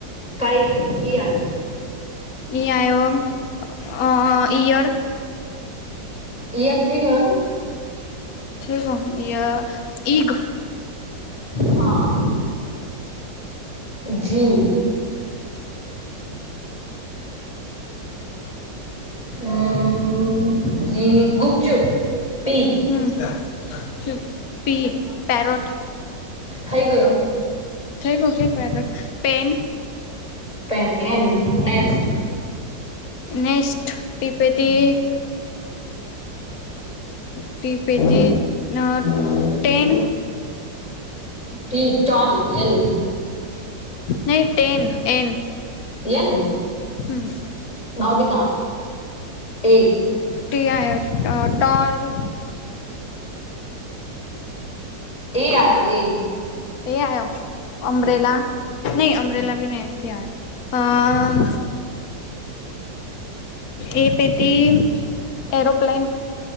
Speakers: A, on the left; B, on the left.
A: કઈટ ઈ.
B: એહીં, આવ્યો ઈયર.
A: ઈયર થઈ ગયો ને?
B: થઠ ગ યા ઈગ.
A: હા જી. હમ્મ જી ગુપચુપ પી.
B: હમ્મ, ચુ પી પેરોઠ
A: થઇ ગયો.
B: ખેગો કે પેરેટ પેન
A: પ એનેક્ <unintelligible>
B: નેક્સ્ટ, ટીપે હતી. ટી પેટી? ના ટ્રેન.
A: ટી ચાલ એલ
B: નહી ટન એન.
A: યેન
B: હમ્મ.
A: નોબીતા તે.
B: તે આયો અહ તો આવે.
A: એ આયો એ
B: એ આયો અમબરેલા નહી અમ્બરેલા ભી ન નથી આયો. અમ્મ. એ પેટી એરોપ્લેન